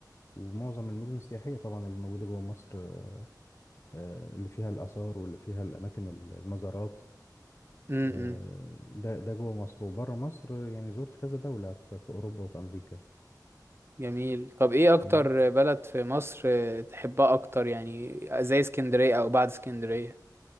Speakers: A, on the left (about 40°); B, on the right (about 35°).
A: ومعظم المدن السياحية طبعا اللي موجودة جوه مصر آه، آه، اللي فيها الآثار واللي فيها الأماكن ال- المزارات
B: امم
A: آه، ده ده جوه مصر وبره مصر آه، يعني زرت كذا دولة في في أوروبا وفي أمريكا
B: جميل طب ايه اكتر
A: مم.
B: بلد في مصر تحبها اكتر يعني زي اسكندرية او بعد اسكندرية